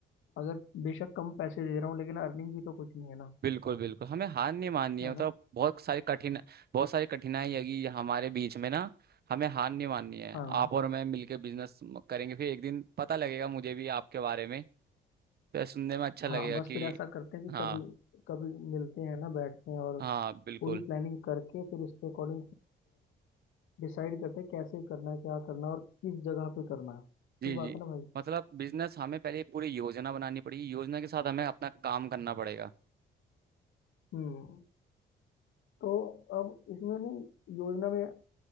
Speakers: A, on the left; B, on the right.
A: अगर बेशक कम पैसे दे रहा हूँ लेकिन अर्निंग भी तो कुछ नहीं है ना
B: बिल्कुल बिल्कुल हमें हार नहीं माननी है
A: है
B: मतलब
A: ना
B: बहुत सारी कठिन बहुत सारी कठिनाई आएगी हमारे बीच में ना हमें हार नहीं माननी है
A: हाँ
B: आप और मैं मिलके बिजनेस करेंगे फिर एक दिन पता लगेगा मुझे भी आपके बारे में तो सुनने में अच्छा लगेगा
A: हाँ बस
B: कि
A: फिर ऐसा करते हैं कि
B: हाँ
A: कभी कभी मिलते हैं ना बैठते हैं और
B: हाँ बिल्कुल
A: पूरी प्लानिंग करके फिर उसके अकॉर्डिंग डिसाइड करते हैं कैसे करना है क्या करना है और किस जगह पे करना है सही
B: जी जी
A: बात है ना भाई
B: मतलब बिजनेस हमें पहले पूरी योजना बनानी पड़ेगी योजना के साथ हमें अपना काम करना पड़ेगा
A: हम्म तो अब इसमें नहीं योजना में